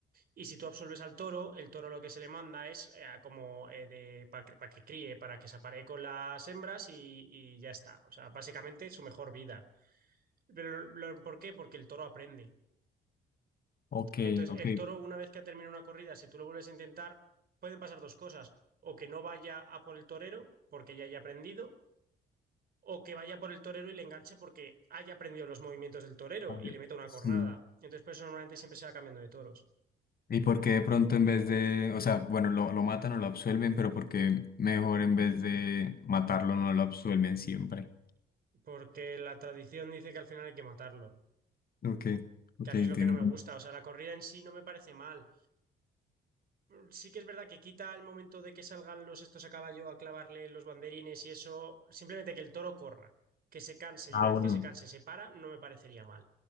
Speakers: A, on the right; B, on the left.
A: Y si tú absuelves al toro, el toro lo que se le manda es eh, como eh, de, para que, pa' que críe, para que se aparee con las hembras y, y ya está. O sea, básicamente su mejor vida. Pero lo- lo- ¿por qué? Porque el toro aprende.
B: Ok,
A: Entonces,
B: ok.
A: el toro, una vez que ha terminado una corrida, si tú lo vuelves a intentar, pueden pasar dos cosas. O que no vaya a por el torero, porque ya haya aprendido, o que vaya por el torero y le enganche porque haya aprendido los movimientos del torero
B: A ver,
A: y le meta una
B: sí.
A: cornada. Entonces, por eso normalmente siempre se va cambiando de toros.
B: ¿Y por qué de pronto en vez de, o sea, bueno, lo, lo matan o lo absuelven, pero por qué mejor en vez de matarlo no lo absuelven siempre?
A: Porque la tradición dice que al final hay que matarlo.
B: Ok, ok,
A: Que a mí
B: entiendo.
A: es lo que no me gusta. O sea, la corrida en sí no me parece mal. Sí que es verdad que quita el momento de que salgan los estos a caballo a clavarle los banderines y eso, simplemente que el toro corra, que se canse y
B: Ah,
A: una vez
B: bueno.
A: que se canse se para, no me parecería mal.